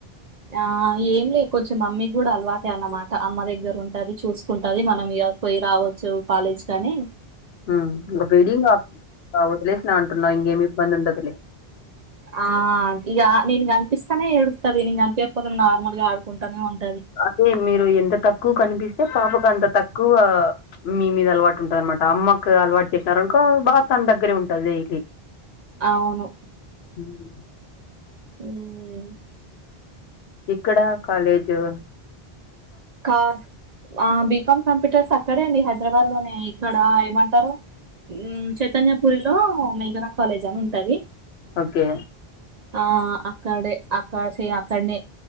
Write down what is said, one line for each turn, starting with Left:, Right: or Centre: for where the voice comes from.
Right: ఆ ఏం లే కొంచెం మమ్మీకి కూడా అలవాటే అన్నమాట అమ్మ దగ్గర ఉంటది చూసుకుంటది మనం ఇగ పోయి రావచ్చు కాలేజ్ కానీ
Left: ఆ ఇంగ ఫీడింగ్ అప్ వదిలేసినా అంటున్నావు ఇంగేమి ఇబ్బంది ఉండదులే
Right: ఆ ఇగ నేను కనిపిస్తానే ఏడుస్తది నీను కనిపియకపోతే నార్మల్గా ఆడుకుంటానే ఉన్
Left: అదే మీరు ఎంత తక్కువ కనిపిస్తే పాపకు అంత తక్కువ మీ మీద అలవాటు ఉంటది అనమాట అమ్మకు అలవాటు చేసినారనుకో బాగా తన దగ్గరే ఉంటది డైలీ
Right: అవును
Left: మ్
Right: మ్
Left: ఇక్కడ కాలేజు
Right: కా ఆ బీకాం కంప్యూటర్స్ అక్కడే అండి హైదరాబాద్ లోనే ఇక్కడ ఏమంటారు మ్ చైతన్యపుూరిలో మేఘనా కాలేజ్ అని ఉంటది
Left: ఓకే
Right: ఆ అక్కడే అక్క సి అక్కడనే